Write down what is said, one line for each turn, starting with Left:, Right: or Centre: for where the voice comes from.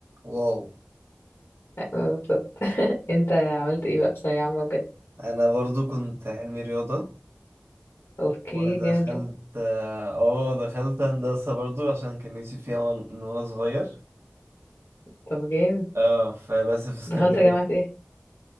Right: واو
Left: آه، بالظبط انت عملت ايه بقى في ثانوية عامة وكده
Right: انا برضو كنت علمي رياضة
Left: اوكي
Right: ودخلت
Left: جامد
Right: اه دخلت هندسة برضو عشان كان نفسي فيها وأنا- من وانا صغير
Left: طب جامد
Right: اه فبس في اسكندرية
Left: دخلت جامعة ايه